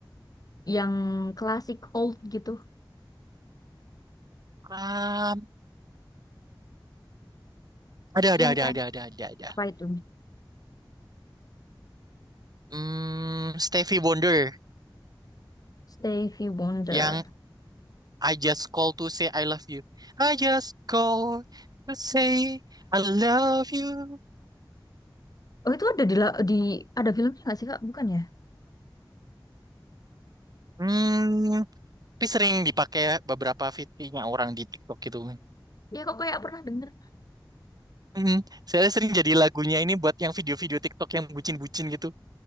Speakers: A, on the left; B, on the right.
A: yang klasik old gitu.
B: Um, ada ada
A: Yang
B: ada
A: kayak
B: ada ada ada ada.
A: apa itu?
B: Hmm, Stevie Wonder
A: Stevie Wonder.
B: yang I just call to say I love you. I just call to say I love you.
A: Oh itu ada di la- di ada filmnya nggak sih Kak? Bukan ya?
B: Hmm, tapi sering dipakai beberapa fitnya orang di TikTok gitu.
A: Ya kok kayak pernah denger.
B: Hmm, saya sering jadi lagunya ini buat yang video-video TikTok yang bucin-bucin gitu.